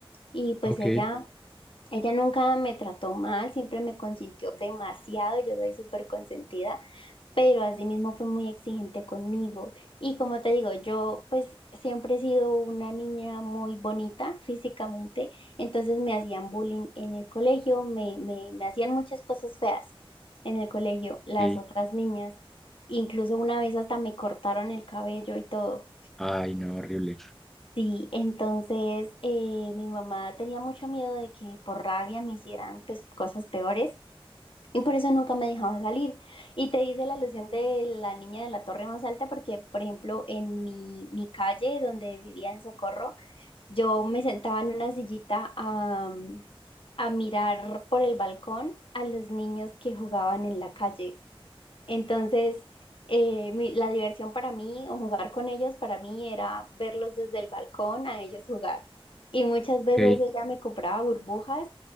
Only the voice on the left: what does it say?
Y pues
ella... Ok. Ella nunca me trató mal, siempre me consintió demasiado, yo soy súper consentida, pero asimismo fue muy exigente conmigo. Y como te digo, yo pues siempre he sido una niña muy bonita físicamente, entonces me hacían bullying en el colegio, me, me, me hacían muchas cosas feas en el colegio, las
otras niñas. Incluso una vez hasta me cortaron el cabello y todo.
Sí, entonces eh, mi mamá tenía mucho miedo de que por rabia me hicieran pues cosas peores y por eso nunca me dejaba salir. Y te hice la alusión de la niña de la torre más alta porque, por ejemplo, en mi, mi calle donde vivía en Socorro, yo me sentaba en una sillita a, a mirar por el balcón a los niños que jugaban en la calle. Entonces, eh, mi- la diversión para mí o jugar con ellos, para mí era verlos desde el balcón a ellos jugar. Y muchas veces
ella me compraba burbujas